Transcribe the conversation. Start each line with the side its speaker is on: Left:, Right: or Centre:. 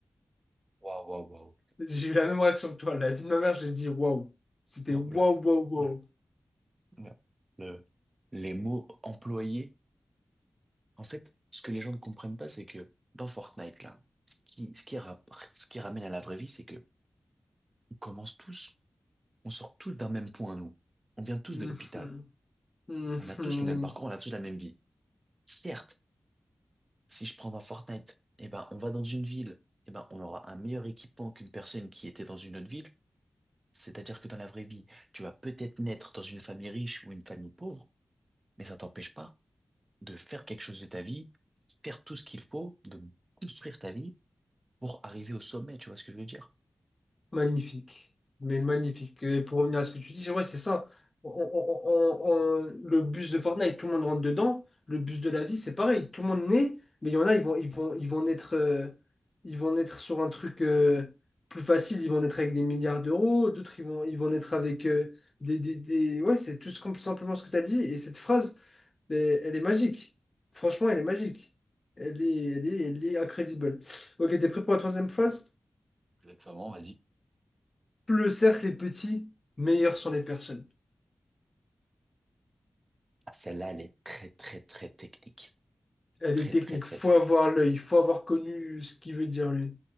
Right: waouh, waouh, waouh.
Left: J'ai eu la même réaction que toi. La vie de ma mère, j'ai dit waouh. C'était
Right: Wow,
Left: waouh,
Right: là,
Left: waouh, waouh.
Right: là, là. Le- les mots employés, en fait, ce que les gens ne comprennent pas, c'est que dans Fortnite, là, ce qui, ce qui, ra- ce qui ramène à la vraie vie, c'est que on commence tous, on sort tous d'un même point, nous. On vient tous
Left: Mhm.
Right: de l'hôpital.
Left: Mhm.
Right: On a tous le même parcours, on a tous la même vie. Certes, Si je prends dans Fortnite, eh ben, on va dans une ville, eh ben, on aura un meilleur équipement qu'une personne qui était dans une autre ville. C'est-à-dire que dans la vraie vie, tu vas peut-être naître dans une famille riche ou une famille pauvre, mais ça t'empêche pas de faire quelque chose de ta vie, faire tout ce qu'il faut, de construire ta vie pour arriver au sommet, tu vois ce que je veux dire?
Left: Magnifique. Mais magnifique. Et pour revenir à ce que tu dis, c'est ouais, c'est ça. On- on- on- on- le bus de Fortnite, tout le monde rentre dedans. Le bus de la vie, c'est pareil. Tout le monde naît, mais il y en a, ils vont, ils vont, ils vont naître, euh, ils vont naître sur un truc euh, plus facile. Ils vont naître avec des milliards d'euros. D'autres, ils vont, ils vont naître avec euh, des, des, des- Ouais, c'est tout ce qu'on- simplement ce que tu as dit. Et cette phrase. Mais elle est magique. Franchement, elle est magique. Elle est, elle est, elle est incredible. Ok, t'es prêt pour la troisième phase?
Right: Exactement, vas-y.
Left: Plus le cercle est petit, meilleures sont les personnes.
Right: Ah, celle-là, elle est très, très, très technique.
Left: Elle
Right: Très,
Left: est technique.
Right: très, très
Left: Faut
Right: technique.
Left: avoir l'œil. Faut avoir connu ce qu'il veut dire lui.